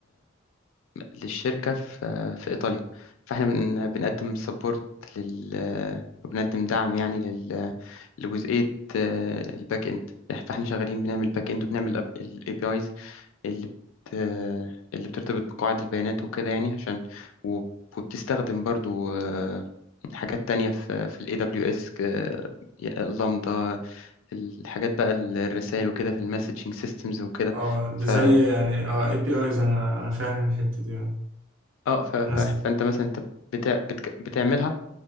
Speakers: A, on the left; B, on the right.
A: للشركة في في إيطاليا فإحنا بن- بنقدم سبورت لل وبنقدم دعم يعني لل... لجزئية آه، الباك إند فإحنا شغالين بنعمل باك إند وبنعمل ال ال APIs اللي بت... آه، اللي بترتبط بقواعد البيانات وكده يعني عشان وب- وبتستخدم برضو آه، حاجات تانية في في ال AWS آه، اللامدا الحاجات بقى الرسائل وكده في المسجنج سيستمز وكده
B: اه
A: ف
B: ده زي يعني اه اي بي ايز انا انا فاهم الحته دي اه.
A: اه ف... ف...
B: انا است...
A: فانت مثلا انت بتع... بتك... بتعملها